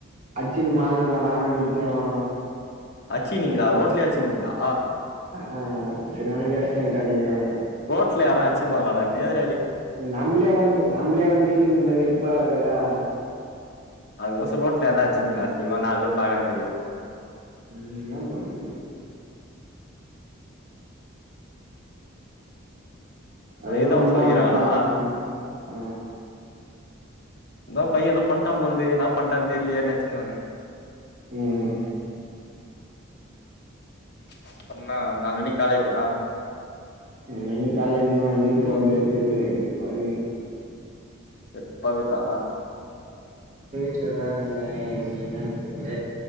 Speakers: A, on the right (about 35°); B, on the left (about 55°).
A: அச்சின் மால நானு நித்யாவு
B: அச்சு நீங்களா ரோட்லே அச்சிநீங்களா
A: ஆ ஆ <unintelligible> சரியான அடி அடிச் <unintelligible> அவன
B: ரேட்ல யாரச்சு அச்சிக்குவாங்களடா <unintelligible>
A: நம்மளே வந்து நம்மளே வந்து சீன்டிந்த வெரப்பா <unintelligible>
B: அதுக்கசம் ரோட்லயனா வச்சுப்பங்களா அசீங்கமா நாலு பேர் பாக்குற மாரி
A: ம் என் பண்ண அத
B: அதுதான்
A: உங்க
B: அவங்க
A: அம்மா
B: சொல்லிக்கிறாங்களா
A: வந்தந்தாங்க ஆ
B: அதான் பையன் ஏதோ பண்ட்டான் பொழுது நான் பண்ட்டான்னு தெரிலையா நினச்ச நானு
A: ம்
B: அப்புற என்ன நாலு மணிகு காலேஜா ஆ
A: இன்னிக்கும் காலேஜ் தான் எதுக்கு போறதுனே தெரியல வெறுப்பாருக்குது
B: எர்ப்பாருக்குதா
A: வீல தான் இருந்தேன் நீ என்னு தெரியல